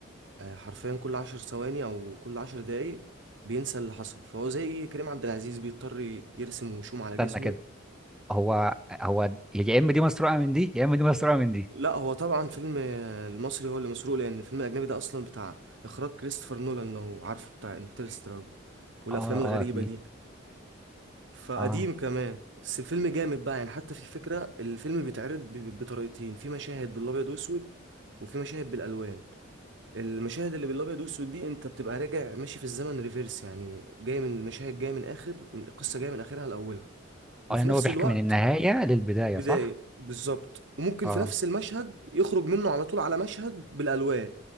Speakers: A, on the right; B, in the centre.
A: آه، حرفيا كل عشر ثواني او كل عشر دقايق بينسى اللي حصل فهو زي كريم عبد العزيز بيضطر يرسم وشوم على جسمه
B: استنى كده هو هو يا اما دي مسروقه من دي يا اما دي مسروقه من دي
A: لا هو طبعا فيلم المصري هو اللي مسروق لان الفيلم الاجنبي ده اصلا بتاع اخراج كريستوفر نولان لو عارفه بتاع انترستيلر والافلام
B: اه
A: الغريبه
B: اه اكيد
A: دي فقديم
B: اه
A: كمان بس الفيلم جامد بقى يعني حتى في فكره الفيلم بيتعرض ب- بطريقتين في مشاهد بالابيض واسود وفي مشاهد بالالوان المشاهد اللي بالابيض واسود دي انت بتبقى راجع ماشي في الزمن ريفيرس يعني جاي من المشاهد جايه من اخر من القصه جايه من اخرها لاولها وفي
B: اه يعني
A: نفس
B: هو بيحكي
A: الوقت
B: من النهايه للبدايه
A: البداية
B: صح
A: بالظبط وممكن
B: اه
A: في نفس المشهد يخرج منه على طول على مشهد بالألوان